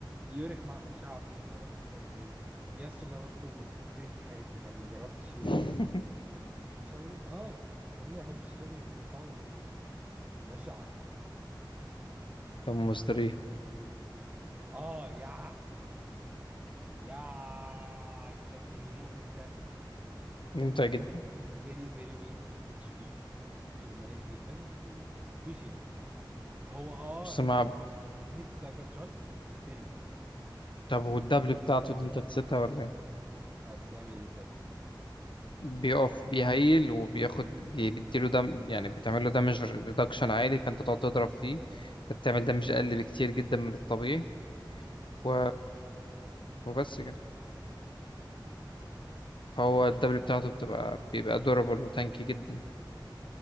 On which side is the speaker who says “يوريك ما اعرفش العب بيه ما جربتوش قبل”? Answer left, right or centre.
Right